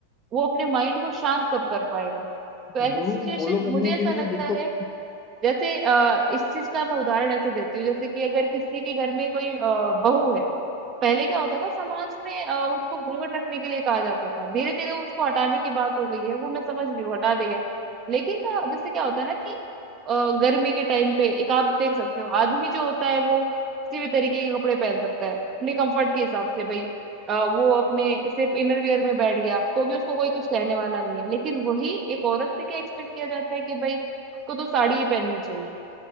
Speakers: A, on the right; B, on the left.
A: वो अपने माइंड को शांत कब कर पाएगा? तो ऐसी
B: रूल
A: सिचुएशन
B: फॉलो करने
A: मुझे
B: के
A: ऐसा
B: लिए
A: लगता
B: देखो
A: है जैसे अ, इस चीज का मैं उदाहरण ऐसे देती हूँ जैसे कि अगर किसी के घर में कोई अ, बहू है पहले क्या होता था समाज में अ, उनको घूंघट रखने के लिए कहा जाता था धीरे धीरे उसको हटाने की बात हो गई है वो मैं समझ रही हूँ हटा देगा लेकिन अ, जैसे क्या होता है ना कि अ, गर्मी के टाइम पे एक आप देख सकते हो आदमी जो होता है वो किसी भी तरीके के कपड़े पहन सकता है अपने कंफर्ट के हिसाब से भाई अ, वो अपने सिर्फ इनर वियर में बैठ गया तो भी उसको कोई कुछ कहने वाला नहीं है लेकिन वही एक औरत से क्या एक्सपेक्ट किया जाता है कि भाई उसको तो साड़ी ही पहननी चाहिए